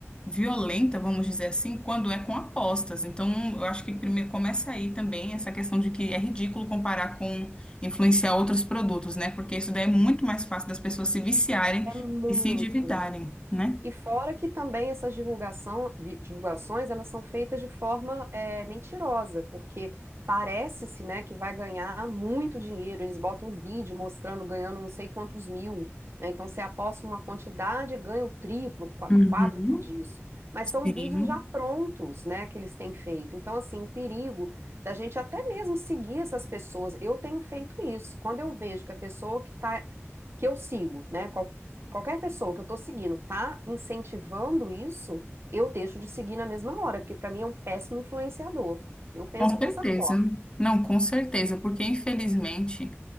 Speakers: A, on the left (about 20°); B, on the right (about 55°).
A: violenta, vamos dizer assim, quando é com apostas. Então, eu acho que primeiro começa aí também essa questão de que é ridículo comparar com influenciar outros produtos, né? Porque isso daí é muito mais fácil das pessoas se viciarem
B: É muito.
A: e se endividarem, né?
B: E fora que também essas divulgação, vi- divulgações, elas são feitas de forma é, mentirosa, porque parece-se, né, que vai ganhar muito dinheiro. Eles botam um vídeo mostrando ganhando não sei quantos mil, né? Então você aposta uma quantidade, e ganha o triplo, qua-
A: Uhum.
B: quádruplo disso. Mas são
A: Sim,
B: vídeos já prontos, né, que eles têm feito. Então, assim, o perigo da gente até mesmo seguir essas pessoas. Eu tenho feito isso. Quando eu vejo que a pessoa que está que eu sigo, né? qualquer pessoa que eu tô seguindo tá incentivando isso, eu deixo de seguir na mesma hora, porque pra mim é um péssimo influenciador. Eu penso
A: com certeza.
B: dessa forma.
A: Não, com certeza, porque infelizmente.